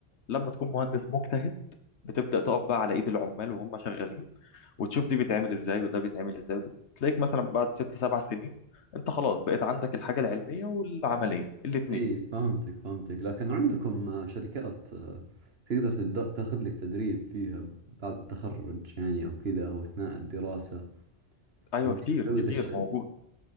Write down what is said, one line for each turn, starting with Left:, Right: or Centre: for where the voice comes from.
Left: لما تكون مهندس مجتهد بتبدا تقف بقى على ايد العمال وهم شغالين وتشوف دي بيتعمل ازاي وده بيتعمل ازاي وده تلاقيك مثلا بعد ست سبع سنين انت خلاص بقيت عندك الحاجه العلميه والعمليه الاثنين
Right: اي فهمتك فهمتك لكن عندكم آه، شركات آه، تقدر تد- تاخذ لك تدريب فيها بعد التخرج يعني او كذا او اثناء الدراسة
Left: ايوه
Right: يمديك
Left: كتير
Right: تسوي
Left: كتير
Right: ذا الشيء
Left: موجود